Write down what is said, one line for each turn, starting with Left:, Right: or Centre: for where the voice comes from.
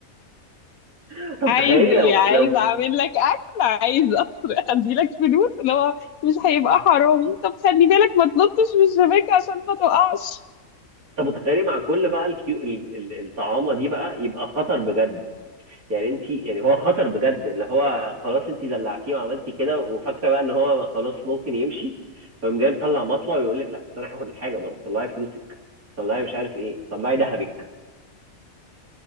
Right: <laughs> طب
Left: عايز
Right: تخيلي
Left: ايه
Right: لو
Left: عايز
Right: لو
Left: اعمل لك اكل عايز اسرق اديلك فلوس اللي هو مش هيبقى حرامي طب خلي بالك ما تنطش من الشباك عشان ما تقعش
Right: طب تخيلي مع كل بقى الكيو ال- ال- الطعامه دي بقى يبقى خطر بجد يعني انت يعني هو خطر بجد اللي هو خلاص انت دلعتيه وعملتي كده وفاكره بقى ان هو خلاص ممكن يمشي فقام جاي مطلع مطوه ويقول لك لا بس انا هاخد الحاجه برضه طلعي فلوسك طلعي مش عارف ايه طلعي ذهبك